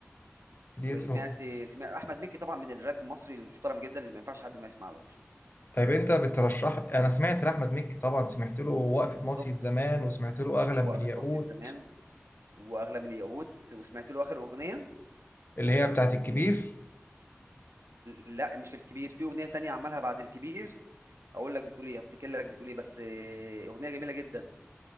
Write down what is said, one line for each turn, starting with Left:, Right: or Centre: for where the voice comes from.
Left: ديت
Right: وسمعت سمعت أحمد مكي طبعا من الراب المصري المحترم جدا اللي ما ينفعش حد ما يسمعلوش
Left: طيب انت بترشح انا سمعت لاحمد مكي طبعا سمعت له وقفه
Right: بالظبط
Left: مصيد زمان وسمعت له اغلى
Right: وقفة
Left: من الياقوت
Right: مصري زمان وأغلى من الياقوت وسمعت له آخر أغنية
Left: اللي هي بتاعت الكبير
Right: لا مش الكبير في أغنية تانية عملها بعد الكبير هقول لك بتقول إيه هفتكر لك بتقول إيه بس آه، أغنية جميلة جدا